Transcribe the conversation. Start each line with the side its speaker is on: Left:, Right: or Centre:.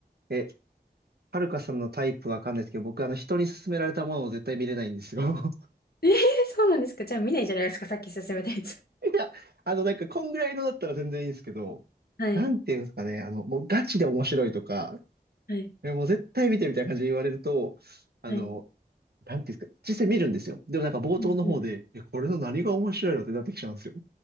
Right: え、はるかさんのタイプわかんないですけど、僕あの人に勧められたものを絶対見れないんですよ。
Left: えー、そうなんですか。じゃあ見ないじゃないですか、さっき勧めたやつ。
Right: <laughs> いや、あのなんかこんぐらいのだったら全然いいんですけど、
Left: はい、
Right: なんていうんですかね、あの、もうガチで面白いとか、
Left: はい、
Right: えもう絶対見てみたいな感じで言われると、あの、
Left: はい。
Right: なんていうんですか、実際見るんですよ。でもなんか冒頭の方で、
Left: うんうん
Right: え、これの何が面白いのってなってきちゃうんですよ。